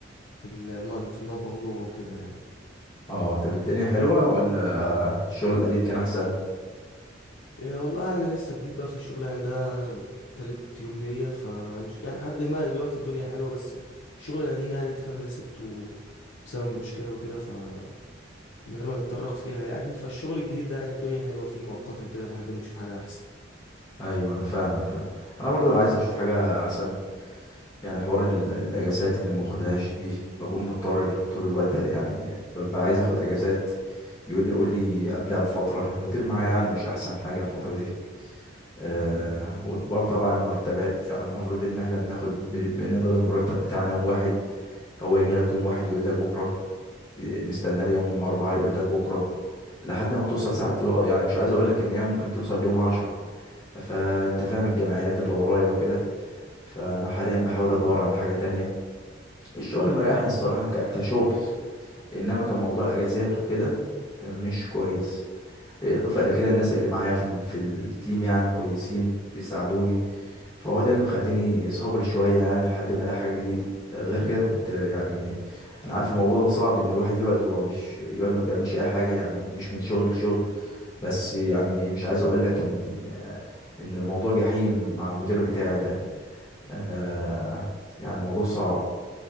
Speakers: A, on the left (about 70°); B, on the left (about 20°).
A: في الم- في المطبخ جوه وكده يعني
B: اه طب الدنيا حلوة ولا الشغل القديم كان احسن
A: إيه والله انا لسه جديد بقى في الشغل يعني ده تالت يوم ليا ف يعني لحد ما دلوقتي الدنيا حلوة بس الشغل القديم يعني انت فاهم انا سبته بسبب مشكلة وكده فمن غير ما نتطرق فيها يعني فالشغل الجديد ده يعني الدنيا حلوة فيه مؤقتا كده لحد ما نشوف حاجة احسن
B: ايوه انا فاهمك فاهم انا برضو عايز اشوف حاجة احسن يعني حوار ال- الاجازات اللي ما باخدهاش دي بكون مضطر طول الوقت يعني ببقى عايز اخد اجازات يقول لي قول لي قبلها بفترة المدير معايا يعني مش أحسن حاجة الفترة دي آه وطبعا طبعا مرتبات يعني المفروض إن احنا بناخد ب- بنقبض المرتب بتاعنا يوم واحد هو يجي لك يوم واحد يقول لك بكرة إيه، نستنى لي يوم أربعة يقول لك بكرة لحد ما بتوصل ساعات و- يعني مش عايز أقول لك إن هي ممكن توصل ليوم عشرة فأنت فاهم الجمعيات اللي ورايا وكده فأنا حاليا بحاول أدور على حاجة تانية الشغل مريحني الصراحة ك- كشغل إنما كموضوع أجازات وكده مش كويس اضافه الى كده الناس اللي معايا في ال- في التيم يعني كويسين بيساعدوني فهو ده اللي مخليني صبري شويه يعني لحد ما الاقي حاجه جديده غير كده كنت آه، يعني انا عارف الموضوع ده صعب ان الواحد يقعد وهو مش يقعد ما بيعملش اي حاجه يعني مش من شغل لشغل بس يعني مش عايز اقول لك ان آه، ان الموضوع جحيم مع المدير بتاعي ده آه يعني الموضوع صعب